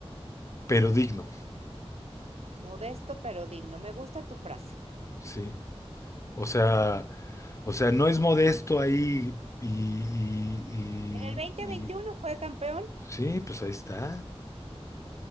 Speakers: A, on the left; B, on the right.
A: pero digno.
B: Modesto pero digno. Me gusta tu frase.
A: Sí, O sea, o sea, no es modesto ahí y,
B: En el dos mil
A: y- y-
B: veintiuno
A: y-
B: fue campeón
A: sí, pues ahí está.